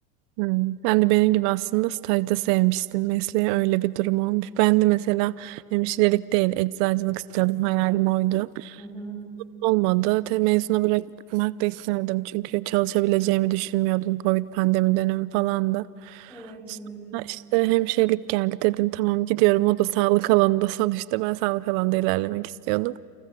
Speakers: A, on the right (about 50°); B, in the centre.
A: Hmm. Sen de benim gibi aslında stajda sevmiştin mesleği öyle bir durum olmuş. Ben de mesela hemşirelik değil eczacılık istiyordum hayalim oydu.
B: Hı hı.
A: Olmadı. Te mezuna bırakmak da istemedim çünkü çalışabileceğimi düşünmüyordum. Covid pandemi dönemi falan da.
B: Evet,
A: Sonra
B: evet.
A: işte hemşirelik geldi dedim tamam gidiyorum o da sağlık alanında <laughs> sonuçta ben sağlık alanında ilerlemek istiyordum.